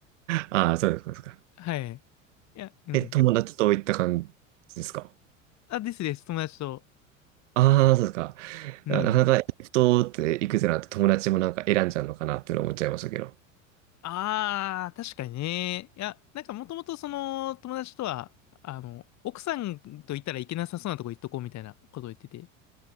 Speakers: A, on the right; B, on the left.
A: ああ、そうですか。そうですか
B: はい。いや、うん。
A: え、友達と行った感じですか
B: あ、ですです。友達と。
A: ああ、そうですか。
B: うん。
A: いやなかなかエジプトって行くぜなんて友達もなんか選んじゃうのかなっていうのを思っちゃいましたけど。
B: あー、確かにね。いや、なんかもともとその、友達とは、あの、奥さんと行ったらいけなさそうなとこ行っとこうみたいなことを言ってて。